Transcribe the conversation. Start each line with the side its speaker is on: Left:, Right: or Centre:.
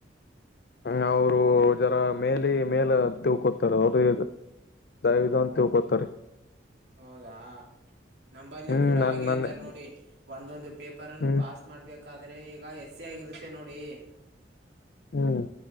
Left: ಹ್ಮ ಅವರು ಜರ ಮೇಲಿ ಮೇಲ ತಿಳ್ಕೋತಾರ ಅವರುದ ಇ ದಯವಿದು ಅಂತಕೋತಾರೆ.
Right: ಹೌದಾ ನಂಬಲ್ಲಿ
Left: ಹ್ಮ್
Right: ಕೂಡ
Left: ನನ್
Right: ಹಾಗೆ
Left: ನನ್ನೆ
Right: ಇದ್ದಾರೆ ನೋಡಿ ಒಂದೊಂದು ಪೇಪರ್ನ್ನು
Left: ಹ್ಮ್
Right: ಪಾಸ್ ಮಾಡ್ಬೇಕಾದ್ರೆ ಈಗ ಎಸ್ಸಿ ಆಗಿರುತ್ತೆ ನೋಡಿ.
Left: ಹ್ಮ್